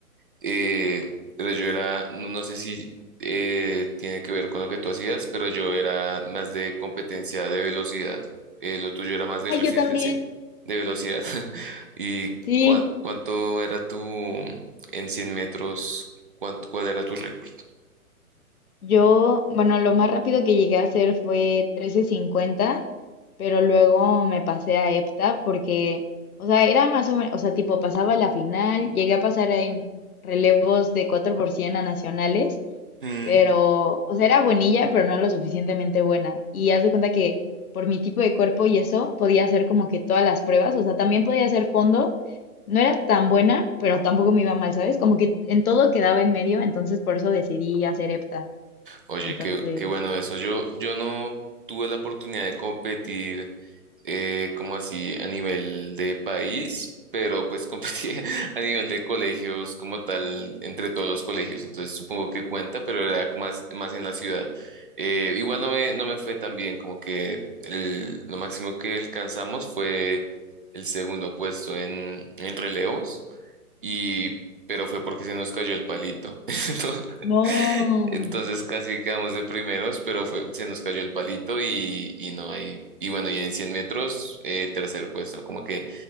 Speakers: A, on the right; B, on the left.
A: Eh, pero yo era, no, no sé si eh, tiene que ver con lo que tú hacías, pero yo era más de competencia de velocidad. Eh, lo tuyo era más de
B: Ay,
A: resistencia,
B: yo también.
A: de velocidad. <laughs> ¿Y
B: Sí.
A: cuán- cuánto era tu, en 100 metros, cuánto, cuál era tu récord?
B: Yo, bueno, lo más rápido que llegué a hacer fue trece cincuenta pero luego me pasé a EPTA porque, o sea, era más o menos, o sea, tipo pasaba la final, llegué a pasar en relevos de 4 por 100 a nacionales,
A: Mm.
B: pero, o sea, era buenilla, pero no lo suficientemente buena. Y haz de cuenta que por mi tipo de cuerpo y eso, podía hacer como que todas las pruebas, o sea, también podía hacer fondo. No era tan buena, pero tampoco me iba mal, ¿sabes? Como que en todo quedaba en medio, entonces por eso decidí hacer EPTA.
A: Oye,
B: Entonces,
A: qué, qué bueno eso. Yo, yo no tuve la oportunidad de competir eh, como así a nivel de país, pero pues competí <laughs> a nivel de colegios como tal, entre todos los colegios, entonces supongo que cuenta, pero era como más, más en la ciudad. Eh, igual no me, no me fue tan bien, como que el- lo máximo que alcanzamos fue el segundo puesto en, en relevos, y, pero fue porque se nos cayó el palito. <laughs> Entonces,
B: No.
A: entonces casi quedamos de primeros, pero fue, se nos cayó el palito y, y no hay. Y bueno, y en 100 metros, eh, tercer puesto. Como que